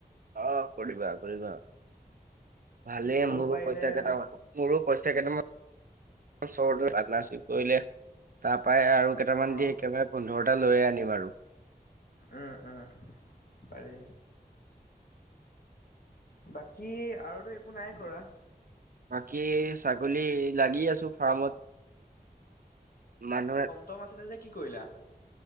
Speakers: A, on the right; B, on the left.
A: অ', কৰিবা কৰিবা ভালেই
B: ময়ো
A: মোৰো
B: পাৰিলে
A: পইচা কেইটামান মোৰো পইচা কেইটামান চৰ্ট হৈ পাৰ্টনাৰশ্বিপ কৰিলে তাৰ পৰাই আৰু কেইটামান
B: অ',
A: দি একেবাৰে পোন্ধৰটা লৈয়ে আনিম আৰু।
B: উম, উম, পাৰি। বাকী আৰুতো একো নাই কৰা।
A: বাকী ছাগলী লাগি আছো ফাৰ্মত। মানুহে-
B: টম আছিলে যে কি কৰিলা?